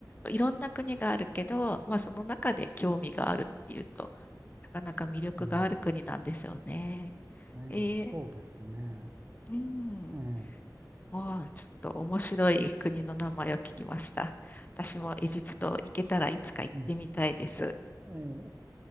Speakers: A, on the left (about 25°); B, on the right (about 30°).
A: いろんな国があるけど、まあその中で興味があるっていうと、なかなか魅力がある国なんですよね。
B: うん、ええそうですね、
A: えー、うん。
B: ええ、
A: ああ、ちょっと面白い国の名前を聞きました。私もエジプト行けたらいつか行ってみたいです。
B: うん、ええ